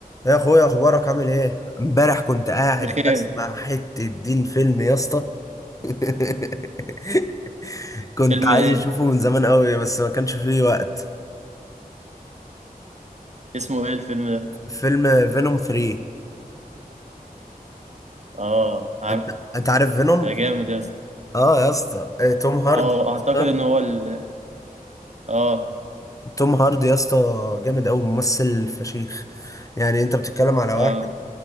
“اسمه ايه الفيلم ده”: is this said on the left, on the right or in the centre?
Right